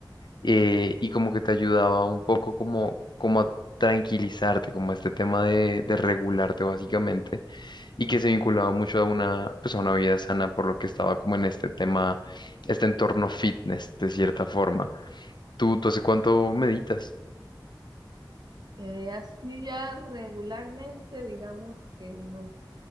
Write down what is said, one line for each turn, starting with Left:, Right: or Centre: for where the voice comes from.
Left: eh, y como que te ayudaba un poco como, como a tranquilizarte, como a este tema de, de regularte básicamente y que se vinculaba mucho a una, pues a una vida sana por lo que estaba como en este tema, este entorno fitness de cierta forma. ¿Tú, tú hace cuánto meditas?
Right: Eh, así ya regularmente, digamos que unos